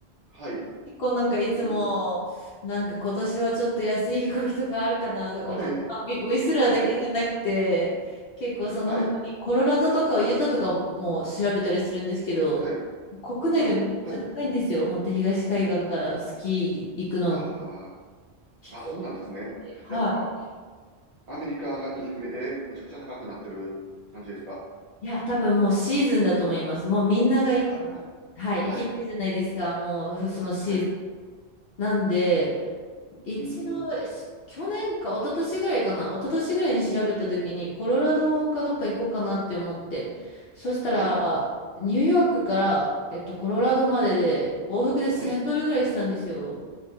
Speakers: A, on the right (about 55°); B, on the left (about 65°).
A: はい、
B: 結構なんかいつも、
A: うん、
B: なんか今年はちょっと安い飛行機とかあるかなとか思って、
A: はい、
B: まあウィウィスラーだけじゃなくて、
A: はい、
B: 結構その他にコロラドとかユタとかも調べたりするんですけど、
A: はい、はい、
B: 国内でもめっちゃ高いんですよ。
A: はい、はい。
B: 本当東海岸からスキー行くの。
A: あ
B: 飛行
A: あ、あ、そうなんですね。
B: 機で。
A: なやっぱ、
B: はい。
A: アメリカがインフレでむちゃくちゃ高くなってる感じですか
B: いや、多分もうシーズンだと思います。もうみんながい、
A: ああ、
B: はい、
A: はい、
B: 行きたいじゃないですか。
A: うん、
B: もうそのシーズン。
A: はい、う
B: なんで、一度、
A: ーん、
B: し去年か、一昨年ぐらいかな、一昨年ぐらいに調べたときに、コロラドかどっか行こうかなって思って、そしたら、
A: はい、
B: ニューヨークから、えっと、コロラドまでで、往復で1000ドルぐらいしたんですよ。
A: はい。